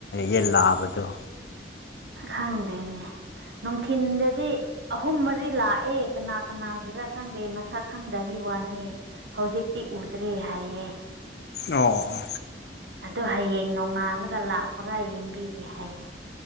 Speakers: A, on the left; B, on the right.
A: ꯌꯦꯟ ꯂꯥꯕꯗꯣ
B: ꯈꯪꯗꯅꯦ ꯅꯨꯡꯊꯤꯤꯟꯗꯗꯤ ꯑꯍꯨꯝ ꯃꯔꯤ ꯂꯥꯛꯑꯦ ꯀꯅꯥ ꯀꯅꯥꯒꯤꯔꯥ ꯈꯪꯗꯦ ꯃꯁꯛ ꯈꯪꯗꯕꯤ ꯋꯥꯅꯤ ꯍꯧꯖꯤꯛꯇꯤ ꯎꯗ꯭ꯔꯦ ꯍꯥꯏꯌꯦꯦ
A: ꯑꯣ <inaudible>
B: ꯍꯌꯦꯡ ꯅꯣꯡꯉꯥꯜꯂꯒ ꯂꯥꯛꯄ꯭ꯔꯥ ꯌꯦꯡꯕꯤꯒꯦ ꯍꯥꯏꯌꯦ